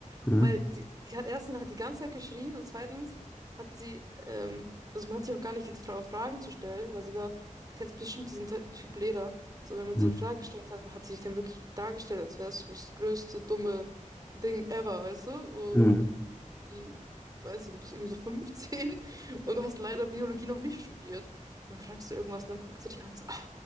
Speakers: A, on the left (about 15°); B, on the right (about 30°).
A: Mhm.
B: Weil sie, sie hat erstens halt die ganze Zeit geschrien und zweitens hat sie, ähm, also man hat sich auch gar nicht getraut, Fragen zu stellen, weil sie war, du kennst bestimmt diesen Ty- Typ Lehrer, so wenn man
A: Mhm.
B: sie eine Frage gestellt hat, hat sie sich dann wirklich dargestellt, als wäre es das größte dumme Ding ever, weißt du? So,
A: Mhm.
B: irgendwie, weiß ich, du bist irgendwie so 15 <laughs> und du hast leider Biologie noch nicht studiert. Und dann fragst du irgendwas und dann guckt sie dich an und so, ah,